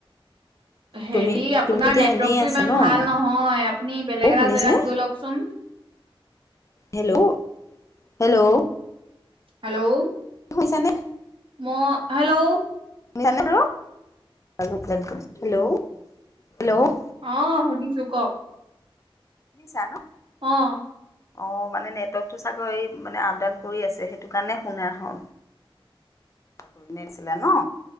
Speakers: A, on the right; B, on the left.
A: হেৰি
B: তুমি
A: আপোনাৰ
B: তুমিতো এতিয়া
A: নেটৱৰ্কতটো
B: এনেই আছা
A: ইমান
B: ন
A: ভাল নহয় আপুনি বেলেগ
B: অ শুনিছেনে
A: এটা জেগাত গৈ লওকচোন।
B: হেল্ল' হেল্ল'
A: হেল্ল'
B: হৈছে নে
A: ম হেল্ল'
B: হেল্ল' হেল্ল'
A: অ সুধিছো কক।
B: শুনিছা ন।
A: অ
B: অঁ মানে নেটৱৰ্কটো চাগৈ এই মানে আপ ডাউন কৰি আছে সেইটো কাৰণে শুনা হ। কৰি নছিলে ন।